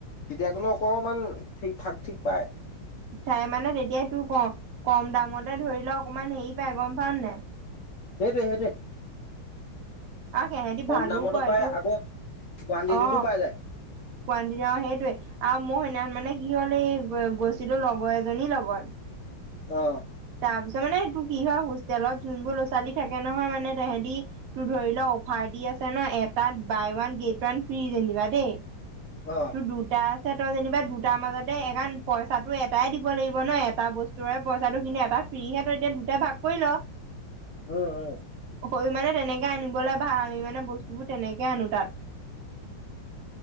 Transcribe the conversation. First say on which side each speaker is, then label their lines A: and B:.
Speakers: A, on the left; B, on the right.
A: তেতিয়া গলে অকণমান ঠিক থাক ঠিক পায়
B: ঠাই মানে তেতিয়াই তো কম দামতে ধৰি লও অকমান হেৰি পাই গম পাওঁ নে নাই
A: সেইটোৱে সেইটোয়ে
B: আও সেহেতি
A: কম
B: ভালো
A: দামতো
B: কয়
A: পায়
B: তোৰ
A: আকৌ কোৱানটিটিটো
B: অ
A: পাই যায়
B: কুৱানটি আৰু সেইটোৱে আৰু মই সেদিনাখন মানে কি হ'ল এই গৈ গৈছিলো লগৰ এজনীৰ লগত
A: অহ
B: তাৰপিছত মানে এইটো কি হয় হোষ্টেলত যোনবোৰ ল'ৰা-ছোৱালী থাকে নহয় তেহেটি তোৰ ধৰি লও অফাৰ দি আছে ন এটাত buy one get one free যেনিবা দেই
A: অহ
B: তোৰ দুটা আছে তই যেনিবা দুটাৰ মাজতে একাণ পইচাটো এটাই দিব লাগিব ন এটা বস তৰে পইচাটো কিনি এবাৰ ফ্ৰীহে ঠৈ দিয়ে দুটাই ভাগ কৰি ল
A: অ অ
B: হয় মানে তেনেকে আনিবলৈ ভাড়া দি আমি মানে বস্তুবোৰ তেনেকে আনো তাত